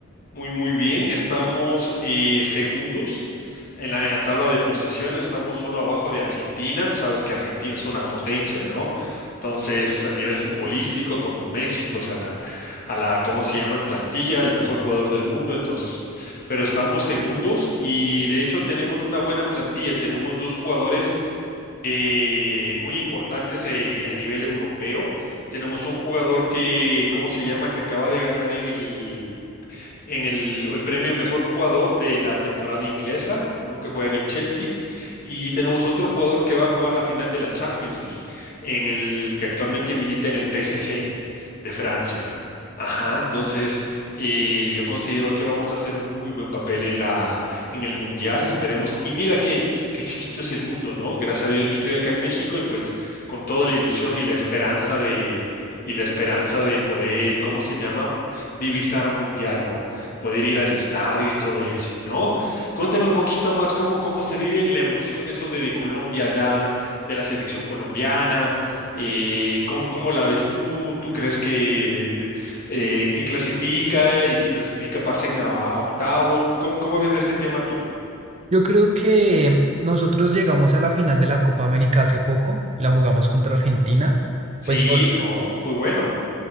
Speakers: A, on the left (about 45°); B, on the right (about 30°).
A: muy, muy bien. Estamos eh, segundos en la, en la tabla de posiciones, estamos solo abajo de Argentina. Tú sabes que Argentina es una potencia, ¿no? Entonces, a nivel futbolístico, con Messi, pues a la, a la, ¿cómo se llama? En plantilla, el mejor jugador del mundo. Entonces, pero estamos segundos y de hecho tenemos una buena plantilla. Tenemos dos jugadores eh, muy importantes eh, a nivel europeo. Tenemos un jugador que, ¿cómo se llama? Que acaba de ganar en el, en el, el premio mejor jugador de la temporada inglesa, uno que juega en el Chelsea, y tenemos otro jugador que va a jugar la final de la Champions League, en el que actualmente milita en el PSG de Francia. Ajá, entonces eh, yo considero que vamos a hacer un muy buen papel en la, en el mundial, esperemos. Y mira que qué chiquito es el mundo, ¿no? Gracias a Dios yo estoy acá en México y pues con toda la ilusión y la esperanza de y la esperanza de poder, ¿cómo se llama? Divisar un mundial, ¿no? poder ir al estadio y todo eso, ¿no? Cuéntame un poquito más cómo, cómo se vive la emoción eso de, de Colombia ya, de la selección colombiana, eh, cómo, cómo la ves tú, ¿tú crees que eh, si clasifica y si clasifica pasen a, a octavos? ¿Cómo, cómo ves de ese tema tú?
B: Yo creo que nosotros llegamos a la final de la Copa América hace poco, la jugamos contra Argentina.
A: Sí,
B: Pues o-
A: no, fue bueno.